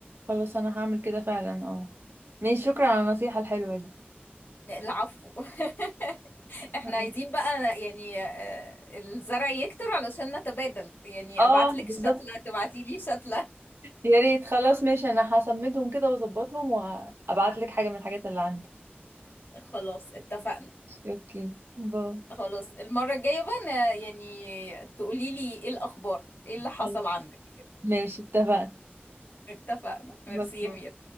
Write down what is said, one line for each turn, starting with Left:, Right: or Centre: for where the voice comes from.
Right: خلاص انا هعمل كده فعلا اه ماشي شكرا على النصيحه الحلوه دي
Left: العفو <laughs> احنا
Right: خلاص.
Left: عايزين بقى يعني آه، الزرع يكتر علشان نتبادل يعني
Right: اه
Left: ابعتلك
Right: بالظبط
Left: شتلة تبعتيلي شتلة
Right: يا ريت خلاص ماشي انا هسمدهم كده واظبطهم وابعت لك حاجه من الحاجات اللي عندي
Left: خلاص اتفقنا
Right: اوكي باي
Left: خلاص المرة الجاية بقى أنا يعني تقولي لي ايه الأخبار ايه اللي حصل
Right: طيب،
Left: عندك
Right: ماشي اتفقنا
Left: اتفقنا ميرسي
Right: بالظبط
Left: يا ميرا